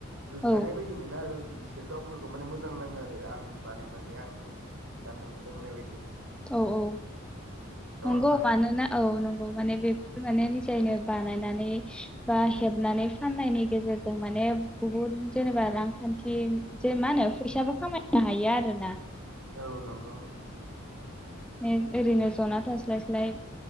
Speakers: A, on the right; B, in the centre.
A: गोग्गानाय
B: औ
A: बायदि मोनो आरो। बिसोर गावसोरखौ माने मोजां नाङो आरो आं बानायनानै आंनो गाननो मोनदों होननाय बायदि।
B: औ औ
A: नङा
B: नंगौ
A: होमबा
B: मानोना औ नंगौ। माने बेफोर माने। निजायनो बानायनानै बा हेबनानै फाननायनि गेजेरजों माने बुहुद जेनेबा रांखान्थि जे मा होनो फैसाबो खामायनो हायो आरोना।
A: औ नंगौ उम।
B: नों ओरैनो जना थास्लायस्लाय।